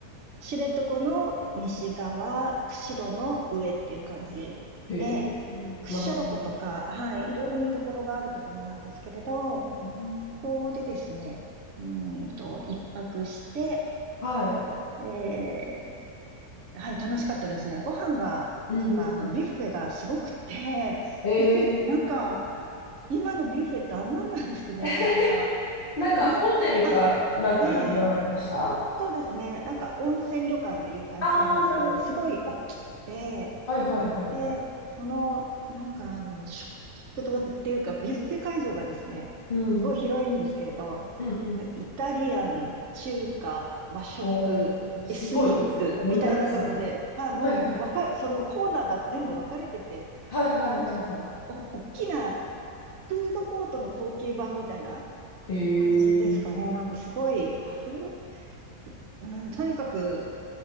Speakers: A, on the right; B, on the left.
A: 知床の西側、釧路の上っていう感じで、
B: へえ、
A: 屈斜路湖とか、
B: なるほど。
A: はい、いろいろ見どころがあるところなんですけれど、
B: うん
A: ここでですね、うーんと、一泊して、
B: は
A: えーはい、楽しかったですね。ご飯が、
B: い。
A: なんかあの、
B: うん。
A: ビュッフェがすごくて、<laughs>
B: ええ
A: びっくり、なんか、今のビュッフェってあんなんなんですね。
B: <laughs>
A: なんか、
B: なんか、
A: なん、
B: ホテルかなんかに泊まられました
A: はい。ええ、ええそうですね。なんか温泉旅館っていう感じなんですけど、
B: ああー、なるほど、
A: すごい大きくて、
B: なるほど。はいはいはいはい。
A: で、その、なんかあの、食食堂っていうか、ビュッフェ会場がですね、
B: うん。
A: すごい広いんですけれど、
B: うん、うん。
A: イタリアン、中華、和食、
B: おー、すごいですね。
A: エスニックみたいな感じで、
B: 盛りだくさん。
A: はい、もう、
B: はいはい。
A: わか、そのコーナーが全部分かれてて、
B: はいはいはいはい。
A: なんていうのかな、お、大きなフードコートの高級版みたいな
B: へえ。
A: 感じですかね。なんかすごい、あ、フード、うん、とにかく、